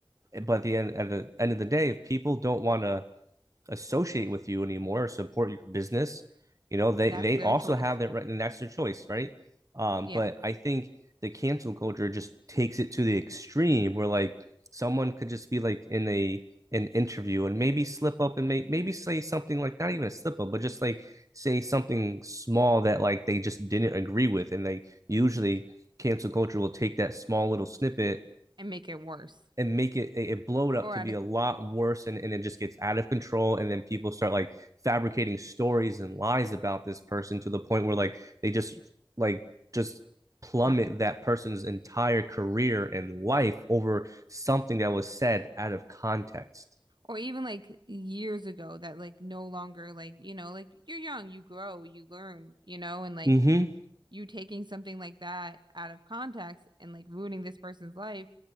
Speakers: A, on the right; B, on the right.
A: But at the end, at the end of the day, if people don't want to associate with you anymore or support your business, you know, they
B: that's
A: they
B: their
A: also
B: choice
A: have that right, and that's their choice, right? Um,
B: yeah
A: but I think the cancel culture just takes it to the extreme where like someone could just be like in a an interview and maybe slip up and may, maybe say something like not even a slip up but just like say something small that like they just didn't agree with and they usually cancel culture will take that small little snippet
B: and make it worse
A: and make it it blow it
B: or
A: up to
B: I'd
A: be a lot worse and, and it just gets out of control and then people start like fabricating stories and lies about this person to the point where like they just like just plummet
B: have to
A: that person's entire career and life over something that was said out of context.
B: or even like years ago that like no longer like you know like you're young you grow you learn you know and like
A: Mm-hmm.
B: you taking something like that out of context and like ruining this person's life